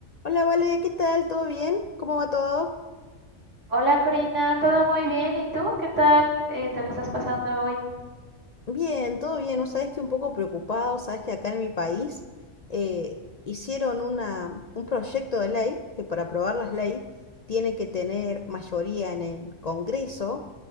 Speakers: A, on the left; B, on the right.
A: Hola, Vale, ¿qué tal? ¿Todo bien? ¿Cómo va todo?
B: Hola Corina, ¿todo muy bien? ¿Y tú? ¿Qué tal eh, te la estás pasando hoy?
A: Bien, todo bien. ¿No sabes que un poco preocupado? Sabes que acá en mi país eh, hicieron una, un proyecto de ley que para aprobar las leyes tiene que tener mayoría en el Congreso.